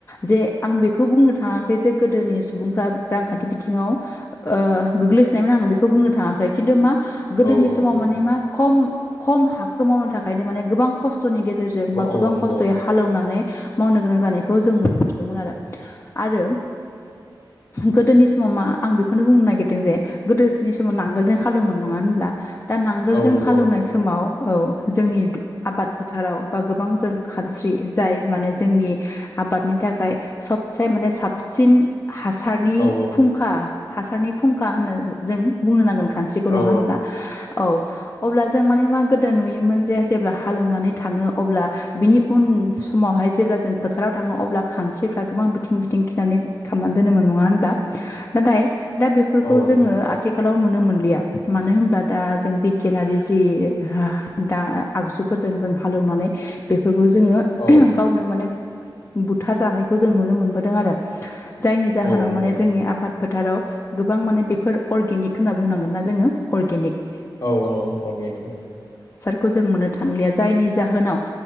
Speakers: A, on the left; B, on the left.
A: जे आं बेखौ बुंनो थाङाखै जे गोदोनि सुबुंफ्रा रांखान्थि बिथिङाव ओ गोग्लैसोनायमोन आं बेखौ बुंनो थाङाखै खिन्थु मा गोदोनि
B: औ
A: समाव
B: नंगौ
A: माने मा खम खम हाखखो मावनो थाखा खायनो माने गोबां खस थ'नि गेजेरजों बा गोबां
B: औ नंगौ
A: खस्थ'यै हालेवनानै मावनो गोनां जानायखौ जों नुनो मोनदोंमोन आरो आरो गोदोनि समाव मा आं बेखौनो बुंनो नागिरदों जे गोदोसिनि समाव नांगोलजों हालोवोमोन नङा होनब्ला दा नांगोलजों
B: औ नंगौ
A: हालौवनाय समाव औ जोंनि आबाद फोथाराव बा गोबां जों खानस्रि जाय माने जोंनि आबादनि थाखाय सबसे माने साबसिन हासारनि
B: औ
A: फुंखा हासारनि फुंखा होननो जों बुंनो नांगोन। खानस्रिखौ नङा
B: औ
A: होनब्ला औ अब्ला जो जो माने मा गोदो नुयोमोन। जे जेब्ला हालौनानै थाङो अब्ला बिनि उन समावहाय जेब्ला जों फोथाराव थाङो अब्ला खानस्रिफ्रा गोबां बिथिं बिथिं खिनानै खामना दोनोमोन नङा होनब्ला। नाथाय दा बेफोरखौ
B: औ नंगौ
A: जोङो आथिखालाव नुनो मोन लिया मानो होनब्ला दा जों बिगियानारि जि हा दा आगजुफोरजों जों हालेवनानै बे फोरखौ जोङो
B: औ
A: गावनो माने बुथार जानायखौ जों नुनो मोनबोदों आरो जायनि जाहोनाव
B: औ नंगौ
A: माने जोंनि आबाद फोथाराव गोबां माने बेफोर अर्गेनिक होनना बुंनांगोन ना जोङो अर्गेनिक।
B: औ औ अरगेनिक।
A: खौ जों मोननो थांलिया जायनि जाहोनाव